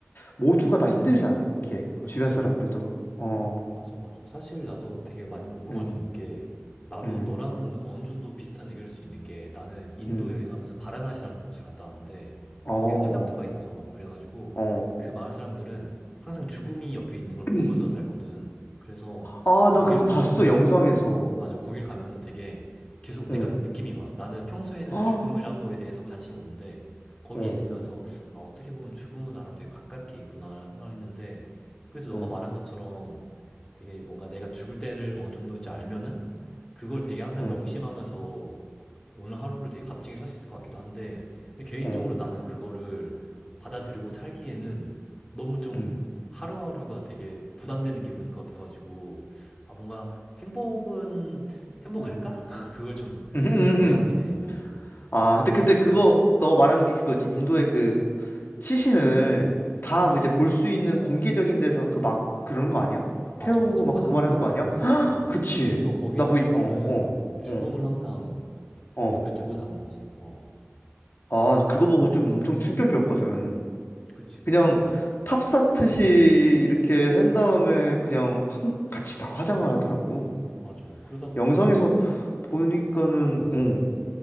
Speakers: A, on the left (about 50°); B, on the left (about 15°).
A: 모두가 다 힘들잖아. 이게
B: 그렇지.
A: 주변 사람들도 어,
B: 맞아, 맞아. 사실 나도 되게 많이 공감할
A: 음,
B: 수 있는 게, 나도
A: 음,
B: 너랑은 어느 정도 비슷한 의견일 수 있는 게, 나는 인도
A: 음,
B: 여행하면서 바라나시라는 곳을 갔다 왔는데,
A: 어,
B: 거기는
A: 어,
B: 화장터가 있어. 그래가지고,
A: 어.
B: 그 마을 사람들은 항상 죽음이 옆에 있는 걸
A: <clears throat>
B: 보면서 살거든. 그래서,
A: 아,
B: 거기를
A: 나 그거
B: 가면은,
A: 봤어 영상에서.
B: 맞아. 거길 가면은 되게 계속 내가
A: 응.
B: 느낌이 와. 나는 평소에는
A: 아,
B: 죽음이란 거에 대해서 관심이 없는데 거기
A: 어.
B: 있으면서 아, 어떻게 보면 죽음은 나랑 되게 가깝게 있구나라는 생각을 했는데 그래서 너가
A: 음,
B: 말한 것처럼 되게 뭔가 내가 죽을 때를 어느 정도인지 알면은 그걸 되게 항상
A: 음,
B: 명심하면서 오늘 하루를 되게 값지게 살 수 있을 것 같기도 한데 근데 개인적으로
A: 음,
B: 나는 그거를 받아들이고 살기에는 너무 좀
A: 음,
B: 하루하루가 되게 부담되는 기분인 것 같아가지고 아 뭔가 행복은 행복할까?
A: 음,
B: <laughs> 그걸 좀
A: 음, 음.
B: 의아하긴 해. 어.
A: 아, 근데 근데 그거 너가 말하는 게 그거지. 인도의 그 시신을 다 이제 볼 수 있는 공개적인 데서 그 막 그러는 거 아니야?
B: 맞아,
A: 태우고
B: 맞아.
A: 막
B: 화장터라고
A: 그거 말하는 거 아니야?
B: 해가지고.
A: 그치.
B: 그래서 거기
A: 나
B: 있는
A: 그,
B: 사람들은
A: 어, 어,
B: 죽음을
A: 어,
B: 항상
A: 어.
B: 옆에 두고 사는 거지. 어, 어.
A: 아, 그거 보고 좀 엄청 충격이었거든.
B: 그치, 그치.
A: 그냥 탑사트시 이렇게 한 다음에 그냥 한, 같이 다 화장을 하더라고.
B: 맞아. 그러다 보니까,
A: 영상에서 보니까는,
B: 어,
A: 어.